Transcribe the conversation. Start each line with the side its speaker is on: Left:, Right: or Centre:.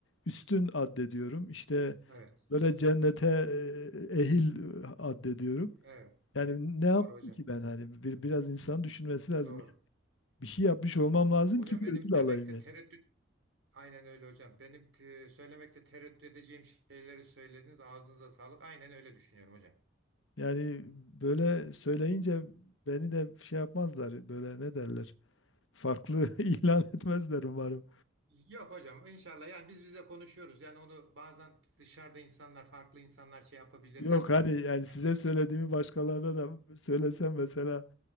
Left: üstün addediyorum. İşte
Right: evet.
Left: böyle cennete e, ehil e, addediyorum.
Right: Evet.
Left: Yani ne yaptım
Right: Doğru hocam.
Left: ki ben hani bir, biraz insan düşünmesi lazım.
Right: Doğru.
Left: Yani Bir şey yapmış olmam lazım
Right: Hocam
Left: ki bir
Right: benim
Left: ödül
Right: demekte
Left: alayım ben.
Right: tereddüt Aynen öyle hocam. Benim e, söylemekte tereddüt edeceğim şeyleri söylediniz. Ağzınıza sağlık. Aynen öyle düşünüyorum hocam.
Left: Yani böyle söyleyince beni de şey yapmazlar böyle ne derler. Farklı <laughs> ilan etmezler umarım.
Right: Yok hocam inşallah yani biz bize konuşuyoruz. Yani onu bazen dışarıda insanlar farklı insanlar şey yapabilirler.
Left: Yok hani yani
Right: Yani
Left: size söylediğimi başkalarına da söylesem mesela